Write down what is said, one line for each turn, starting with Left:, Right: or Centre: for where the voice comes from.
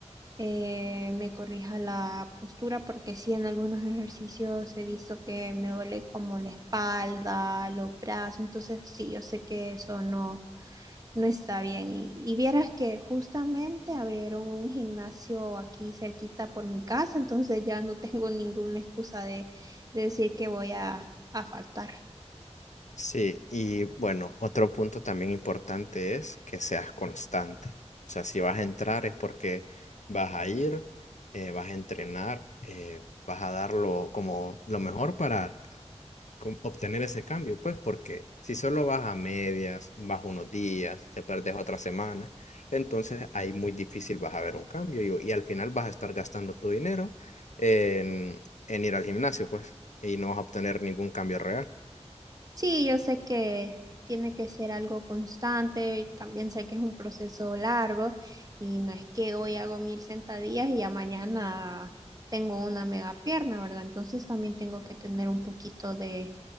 Right: eh, me corrija la postura, porque sí, en algunos ejercicios he visto que me duele como la espalda, los brazos, entonces sí, yo sé que eso no, no está bien. Y, y vieras que justamente abrieron un gimnasio aquí cerquita por mi casa, entonces ya no tengo ninguna excusa de, de decir que voy a, a faltar.
Left: Sí, y bueno, otro punto también importante es que seas constante. O sea, si vas a entrar es porque vas a ir, eh, vas a entrenar, eh, vas a dar lo, como lo mejor para com- obtener ese cambio, pues porque si solo vas a medias, vas unos días, te perdes otra semana, entonces ahí muy difícil vas a ver un cambio y, y al final vas a estar gastando tu dinero en, en ir al gimnasio, pues, y no vas a obtener ningún cambio real.
Right: Sí, yo sé que tiene que ser algo constante y también sé que es un proceso largo y no es que hoy hago mil sentadillas y ya mañana tengo una mega pierna, ¿verdad? Entonces también tengo que tener un poquito de,